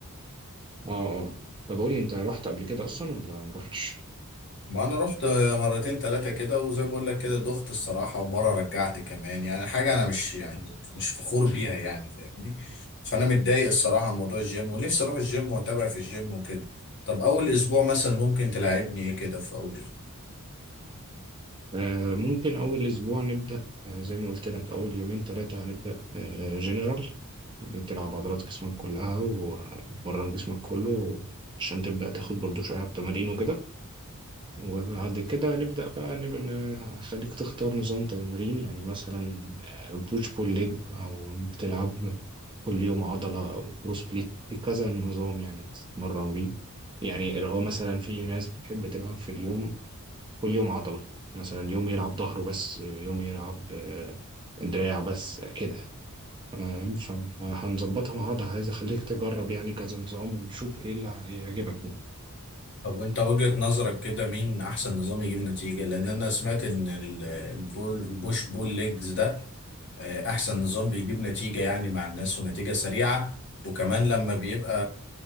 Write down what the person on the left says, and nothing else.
ما انا رحت مرتين ثلاثه كده وزي ما بقول لك كده دخت الصراحه ومره رجعت كمان يعني حاجه انا مش يعني مش فخور بيها يعني فاهمني فانا متضايق الصراحه من موضوع الجيم ونفسي اروح الجيم واتابع في الجيم وكده طب اول اسبوع مثلا ممكن تلاعبني ايه كده في اول اسبوع
طب وانت وجهه نظرك كده مين احسن نظام يجيب نتيجه لان انا سمعت ان ال- البول البوش بول ليجز ده آه، احسن نظام بيجيب نتيجة يعني مع الناس ونتيجة سريعة وكمان لما بيبقى